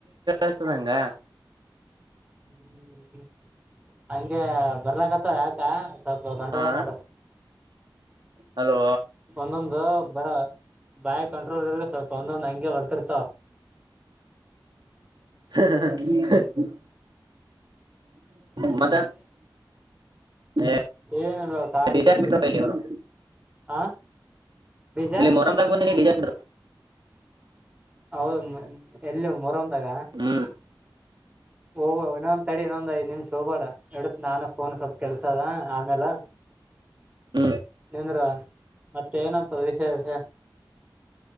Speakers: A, on the right; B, on the right.
A: ಬಸದಂಗ
B: ಹ್ಮ್ ಹಂಗೆ ಬರ್ಲಕ್ಕತ್ತ ಆಯ್ತಾ ಸ್ವಲ್ಪ ಕಂಟ್ರೋಲ
A: ಹಾ
B: ಮಾಡ
A: ಹಲೋ
B: ಒಂದೊಂದು ಬರ ಬಾಯ ಕಂಟ್ರೋಲ್ ಇರ ಸ್ವಲ್ಪ ಒಂದೊಂದ್ ಹಂಗೆ ಹೊಡ್ತಿರ್ತಾವ <unintelligible>
A: ಹ <unintelligible> <inaudible> ಮತ್ತ ಏ
B: ಏನ ಕಾಲ
A: ಡಿಜೆ
B: ಕು
A: ಹಚ್ಬಿಟ್ರಪ್ಪ ಇಲ್ಲಿ ಇವ್ರು
B: ಹ ಬೀಜ
A: ಇಲ್ಲಿ ಮೊಹರಂದಾಗ ಬಂದಿನಿ ಡಿಜೆ ಹಚ್ಚಿದ್ರು
B: ಹೌದು ಎಲ್ಲಿ ಮೋರಂದಾಗ
A: ಹ್ಮ್
B: ಓಏನ ಸಡಿ ಇನ್ನೊಂದ್ ಐದ್ ನಿಮಿಷ ಹೋಗಬೇಡ ಇಡಕ್ ನಾನ ಫೋನ್ ಸ್ವಲ್ಪ ಕೆಲ್ಸ ಅದ ಆಮೇಲೆ.
A: ಹ್ಮ್
B: ನಿಂದ್ರ ಮತ್ತೆ ಏನಂತದ ವಿಷಯ ವಿಷಯ.